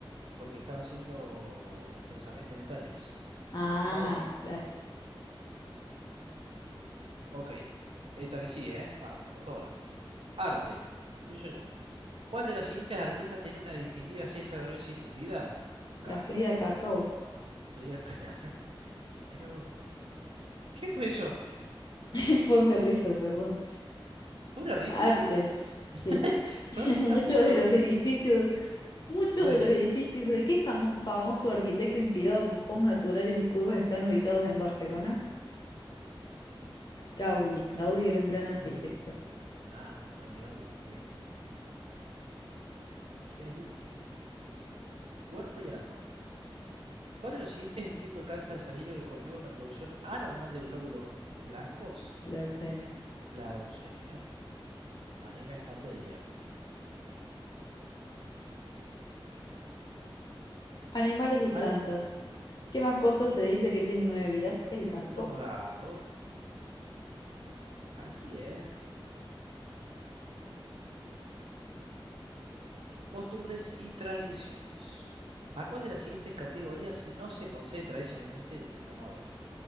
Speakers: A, on the right; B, on the left.
A: Porque estaba haciendo pensamientos mentales.
B: Ah,
A: Vamos de nuevo.
B: claro.
A: Ok. Esta vez sí, ¿eh? Vamos, con toda. Arte. Empiezo yo. ¿Cuál de los siguientes artistas tiene una distintiva ceja gruesa y tupida? Calo.
B: La Frida Cacao.
A: Frida. Frida Kahlo. <laughs> Mira vos. ¿Qué fue eso?
B: <laughs> Fue mi risa, perdón.
A: ¿Una risa
B: Arte.
A: eso?
B: Sí.
A: <laughs> Pasaron
B: <laughs> Muchos
A: una foto.
B: de los edificios, muchos
A: <laughs>
B: de los edificios de qué jamo- famoso arquitecto inspirado por formas naturales y curvas están ubicados en Barcelona? Gaudí.
A: ¿Qué?
B: Gaudí era un gran arquitecto
A: Gaudí. Ah, Antoni Gaudí, sí. <laughs> Increíble. Cuerpo y alma. ¿Cuál de los siguientes es un tipo de cáncer sanguíneo que conlleva una producción anormal de glóbulos blancos?
B: de la Eusebia.
A: La leucemia, anemia, falta de hierro.
B: Animales y plantas.
A: Ah,
B: ¿Qué mascota se dice que tiene nueve vidas? El gato.
A: los gatos, así es. Costumbres y tradiciones. ¿A cuál de las siguientes categorías se- no se concede tradicionalmente el premio Nobel?